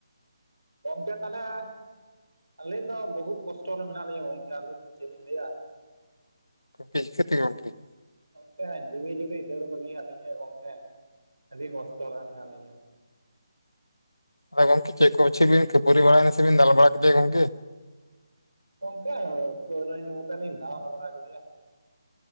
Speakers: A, on the right (about 75°); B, on the left (about 80°).
A: ᱜᱚᱝᱠᱮ ᱛᱟᱦᱚᱞᱮ ᱟᱹᱞᱤᱧ ᱫᱚ ᱵᱚᱦᱩᱛ ᱠᱚᱥᱴᱚ ᱨᱮ ᱢᱮᱱᱟᱜ ᱞᱤᱧᱟ ᱜᱚᱢᱠᱮ ᱟᱹᱞᱤᱧ ᱫᱚ ᱪᱮᱫ ᱞᱤᱧ ᱞᱟᱹᱭᱟ?
B: <unintelligible> ᱛᱮ ᱜᱚᱝᱠᱮ?
A: ᱜᱚᱝᱠᱮ ᱡᱤᱣᱤ ᱡᱩᱨᱤ ᱫᱟᱹᱲ ᱵᱟᱹᱜᱤᱭᱟᱫ ᱞᱤᱧᱟᱭ ᱜᱚᱝᱠᱮ᱾ ᱟᱹᱰᱤ ᱠᱚᱥᱴᱚ ᱨᱮ ᱢᱮᱱᱟᱜ ᱞᱤᱧᱟ ᱾
B: ᱟᱫᱚ ᱜᱚᱢᱠᱮ ᱪᱮᱫ ᱠᱚ ᱯᱟᱪᱷᱮ ᱠᱷᱟᱹᱯᱟᱨᱤ ᱵᱟᱲᱟᱭᱱᱟ ᱥᱮ ᱵᱤᱱ ᱫᱟᱞ ᱵᱟᱲᱟ ᱠᱮᱫᱮᱭᱟ ᱜᱚᱢᱠᱮ?
A: ᱜᱚᱝᱠᱮ ᱯᱟᱹᱣᱨᱟᱹ ᱧᱩ ᱠᱟᱛᱮ ᱞᱤᱧ ᱫᱟᱞ ᱵᱟᱲᱟ ᱠᱮᱫᱮᱭᱟ ᱾